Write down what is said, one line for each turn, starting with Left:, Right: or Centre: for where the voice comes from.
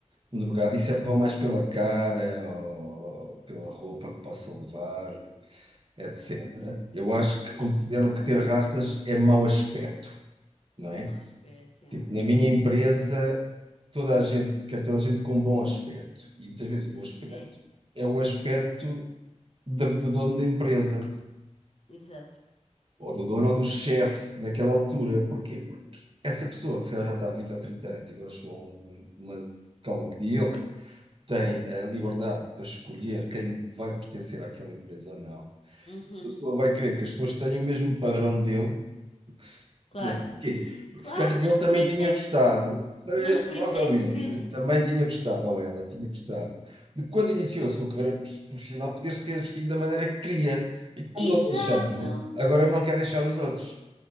Right: um drogado e sempre vão mais pela cara ou pela roupa que possa levar, etc.
Left: Hum,
Right: Eu acho que
Left: e
Right: consideram
Left: mas.
Right: que ter rastas é mau aspecto, não
Left: É
Right: é?
Left: mau aspecto, yeah.
Right: Tipo, na minha empresa, toda a gente quer toda a gente com um bom aspecto. E muitas vezes
Left: Sim,
Right: o bom aspecto é o aspecto da- do dono da empresa.
Left: exato.
Right: ou do dono ou do chefe naquela altura. Porquê? Porque essa pessoa que se calhar já está há 20 ou 30 anos, e agora chegou a um- uma escala que ele tem a liberdade para escolher quem vai pertencer àquela empresa ou não.
Left: Uhum,
Right: Essa pessoa vai querer que as pessoas tenham o mesmo padrão dele, porque se,
Left: claro,
Right: né? Porquê? Porque
Left: claro,
Right: se calhar ele
Left: mas
Right: também
Left: por isso
Right: tinha
Left: é,
Right: gostado, se calhar
Left: mas
Right: ele provavelmente
Left: por isso é que.
Right: também tinha gostado, ou ela tinha gostado, de quando iniciou a sua carreira prof- profissional poder-se ter vestido da maneira que queria. E como
Left: Exato!
Right: não deixaram, agora não quer deixar os outros.